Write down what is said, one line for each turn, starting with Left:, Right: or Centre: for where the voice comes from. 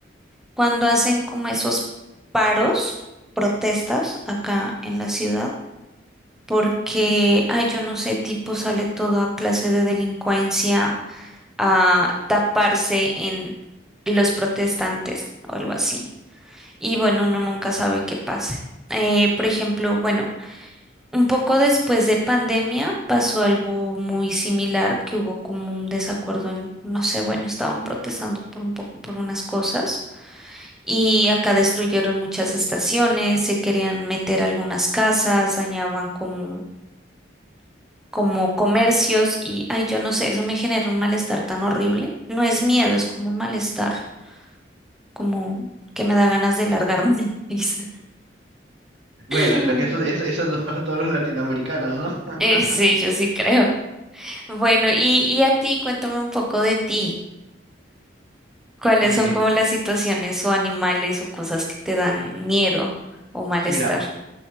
Centre: cuando hacen como esos paros, protestas acá en la ciudad, porque, ay, yo no sé, tipo sale toda clase de delincuencia a taparse en los protestantes o algo así. Y bueno, uno nunca sabe qué pase. Eh, por ejemplo, bueno, un poco después de pandemia pasó algo muy similar, que hubo como un desacuerdo en, no sé, bueno, estaban protestando por un poco, por unas cosas. Y acá destruyeron muchas estaciones, se querían meter algunas casas, dañaban como, como comercios y, ay, yo no sé, eso me genera un malestar tan horrible. No es miedo, es como un malestar, como que me da ganas de largarme de la risa.
Right: Bueno,
Centre: <laughs>
Right: creo que eso, eso, eso nos pasa a todos los latinoamericanos, ¿no?
Centre: Eh,
Right: <laughs>
Centre: sí, yo sí creo. Bueno, y, y a ti, cuéntame un poco de ti. ¿Cuáles
Right: Eh,
Centre: son como las situaciones o animales o cosas que te dan miedo o malestar?
Right: mira,